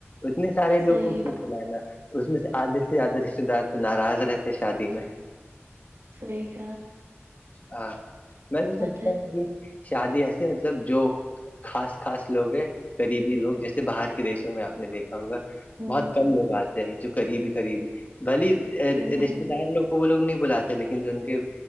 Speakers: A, on the left; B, on the right.
A: اتنے سارے
B: صحیح
A: لوگ کو کیا لانا اس میں سے آدھے سے زیادہ رشتے دار تو ناراض رہتے شادی میں
B: سی گ
A: ہاں میں تو سچتا
B: ہے
A: <unintelligible> شادی ایسے مطلب جو خاص خاص لوگ ہیں ریبی لوگ جیسے باہر کے دیشوں میں آپ نے دیکھا ہوگا
B: ہوں،
A: بہت کم لوگ آتے جو قریبی قریبی بھلی
B: ہوں، ہوں،
A: رشتے دار لوگ کو وہ لوگ نہیں بلاتے لیکن جو ان کے